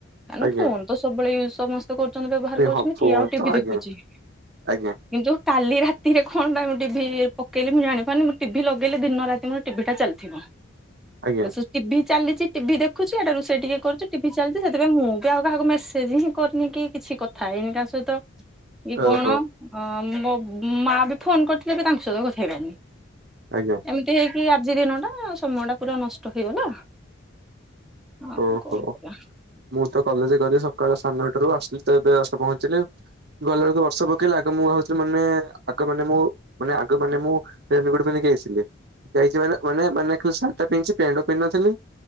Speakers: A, in the centre; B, on the right (about 50°).
A: କା ନ
B: ଆଜ୍ଞା
A: ଫୋନ ତ ସବୁବେଳେ ୟୁଜ ସମସ୍ତେ ସ୍ତି କରୁଛନ୍ତି ବ୍ୟବହାର କରୁଛନ୍ତି
B: ହଁ ଫୋନ
A: କିଏ ଆଉ ଟିଭି
B: ତ ଆଜ୍ଞା
A: ଦେଖୁଚି
B: ଆଜ୍ଞା
A: କିନ୍ତୁ କାଲି ରାତିରେ କଣ ପାଇଁ ମୁଁ ଟିଭି ପକେଇଲି ମୁଁ ଜାଣିପାରୁନି ମୁଁ ଟିଭି ଲଗେଇଲି ଦିନ ରାତି ମୋର ଟିଭି ଟା ଚାଲିଥିବ।
B: ଆଜ୍ଞା
A: ତ ସେ ଟିଭି ଚାଲିଛି ଟିଭି ଦେଖୁଛି ଆଡେ ରୋଷେଇ ଟିକେ କରୁଛି ଟିଭି ଚାଲିଛି ସେଥିପାଇଁ ମୁଁ ବି ଆଉ କାହାକୁ ମେସେଜ୍ ହିଁ କରିନି କି କିଛି କଥା ହେଇନି କାହା ସହିତ କି
B: ଓହୋ
A: କଣ। ହଁ ମୋ ମାଆ ବି ଫୋନ୍ କରିଥିଲେ ବି ତାଙ୍କ ସହିତ କଥା ହେଇ ପାରିନି।
B: ଆଜ୍ଞା।
A: ଏମିତି ହେଇକି ଆଜି ଦିନ ଟା ସମୟ ଟା ପୁରା ନଷ୍ଟ ହେଇଗଲା। ଆଉ
B: ଓହୋ
A: କଣ କରିବା।
B: ମୁଁ ତ କଲେଜ ଗଲି ସକାଳ ସାନେନଟାରୁ ଆସିଲି ତ ଏବେ ଜଷ୍ଟ ପହଞ୍ଚିଲି। ଗଲେ ଯେତୁ ବର୍ଷା ପକେଇଲା ଆଗ ମୁଁ ହଉଚି ମାନେ ଆଗ ମାନେ ମୁଁ ମାନେ ଆଗ ମାନେ ମୁଁ <unintelligible> ଆସିଲି। ଯାଇଛି ମାନେ ମାନେ ମାନେ ଖଲି ସାର୍ଟ ଟା ପିନ୍ଧିଚି ପ୍ୟାଣ୍ଟ ଟା ପିନ୍ଧିନଥିଲି